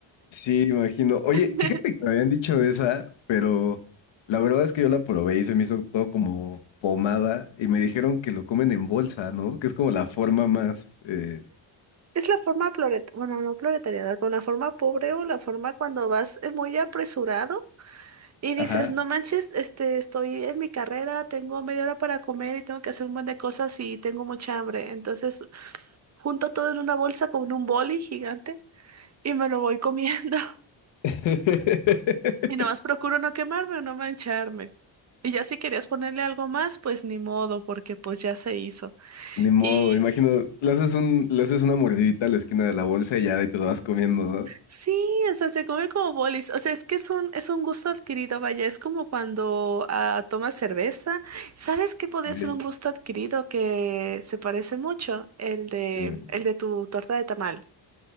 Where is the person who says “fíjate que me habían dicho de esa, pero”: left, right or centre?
Left